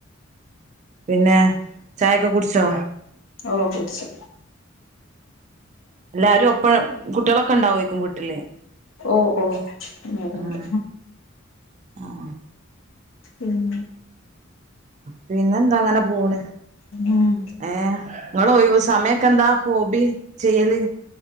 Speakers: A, on the right (about 35°); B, on the left (about 70°).
A: പിന്നെ ചായൊക്കെ കുടിച്ചോ
B: ഓ കുടിച്ചു
A: എല്ലാരും ഒപ്പം കുട്ട്യേളൊക്കെണ്ടാവേക്കും വീട്ടില്
B: ഓ ഓ ല്ലാരുണ്ട്
A: ആഹ് ആഹ്
B: ഉം
A: പിന്നെന്താ അങ്ങനെ പോണ്
B: ഉം
A: ഏ ങ്ങളൊയിവ് സമയമൊക്കെന്താ ഹോബി ചെയ്യല്